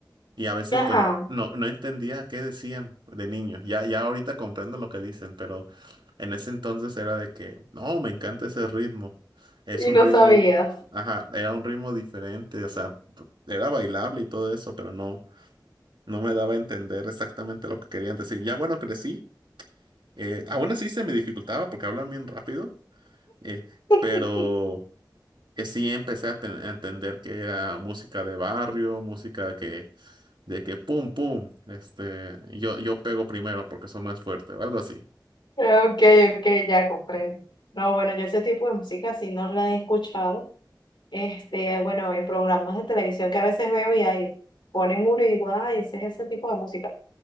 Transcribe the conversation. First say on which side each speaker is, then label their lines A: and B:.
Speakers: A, on the right (about 80°); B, on the left (about 80°).
A: Y a veces,
B: Ajá,
A: pues, no, no, no entendía qué decían de niño. Ya, ya ahorita comprendo lo que dicen, pero en ese entonces era de que, no, me encanta ese ritmo. Es
B: y
A: un
B: no
A: ritmo,
B: sabías.
A: ajá, era un ritmo diferente, o sea, era bailable y todo eso, pero no no me daba a entender exactamente lo que querían decir. Ya bueno, crecí. eh, aún así se me dificultaba porque hablan bien rápido, eh,
B: <laughs>
A: pero que sí empecé a, ten- a entender que era música de barrio, música que, de que pum, pum, este, yo, yo pego primero porque soy más fuerte o algo así.
B: Ok, ok, ya comprendo. No, bueno, yo ese tipo de música sí no la he escuchado. Este, bueno, en programas de televisión que a veces veo y ahí ponen uno y digo, ay, ese es ese tipo de música.